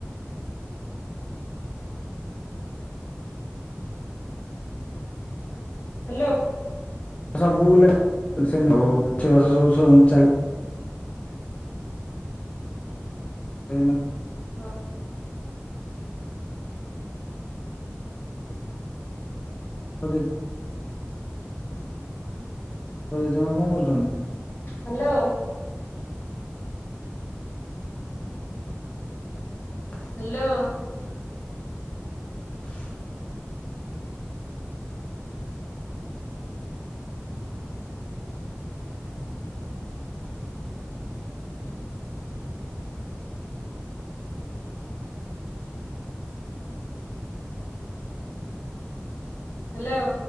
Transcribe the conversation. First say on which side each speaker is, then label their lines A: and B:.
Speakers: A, on the left; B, on the left.
A: hello.
B: ସବୁ <unintelligible> ଲା <unintelligible>
A: ହଁ
B: <unintelligible> ତ ଜେଜେମା କଣ କରୁଛନ୍ତି?
A: ହାଲୋ।
B: ହଁ
A: ହ୍ୟାଲୋ।
B: <inaudible>
A: ହ୍ୟାଲୋ।